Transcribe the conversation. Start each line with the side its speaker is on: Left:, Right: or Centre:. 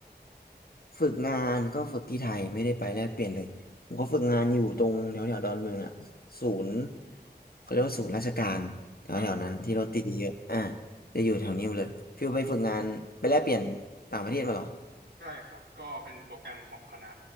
Left: ฝึกงานก็ฝึกที่ไทยไม่ได้ไปแลกเปลี่ยนเลยผมก็ฝึกงานอยู่ตรงแถวแถวดอนเมืองอ่ะศูนย์เขาเรียกว่าศูนย์ราชการแถวแถวนั้นที่เรถติดเยอะๆอ่ะ
Right: อ่า
Left: จะอยู่แถวนี้เลยฟิวไปฝึกงานไปแลกเปลี่ยนต่างประเทศมาเหรอ
Right: ใช่ครับก็เป็นโปรแกรมของคณะ